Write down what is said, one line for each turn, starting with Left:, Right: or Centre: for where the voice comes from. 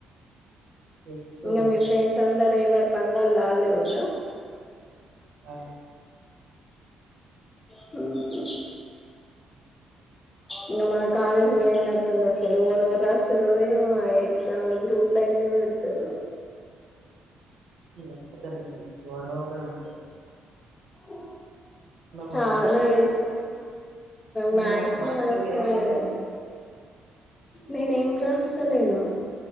Right: లేకపోతే
Left: ఇంకా
Right: ఒక
Left: మీ ఫ్రెండ్స్ అందరు ఎవరు పనిలల్లో అల్లే కదా
Right: ఆ
Left: హు హు ఇంకా మన కాలేజ్ పోయినట్టుంది అసలు ఎవరెవరు రాస్తున్నరో ఏమో ఏ ఎగ్జామ్ లు గ్రూప్ లో అయితే పెడతారు.
Right: డో కూడాడ ఉంట
Left: ఆ చాలా
Right: మందిలో ఒకడు
Left: తెలుసు మాక్సిమం
Right: నువ్వు అప్పుడు రాస్తేవి
Left: సైడ్
Right: ఏమైంది మరి
Left: నేనే ఏం రాస్తలేను